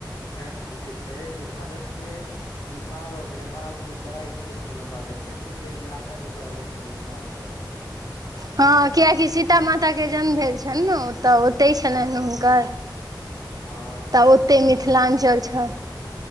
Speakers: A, on the left; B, on the right.
A: मैथिली जे छैय से भारत के बिहार आओर नेपाल के तराई क्षेत्र मे बाजल जाइ छै जे इलाका के कहल जाइ छै मिथिलांचल
B: हाँ कियाकि सीता माताके जन्म भेल छनि ने ओ तऽ ओतहि छलनि हुनकर
A: हँ
B: तऽ ओते मिथिलांचल छ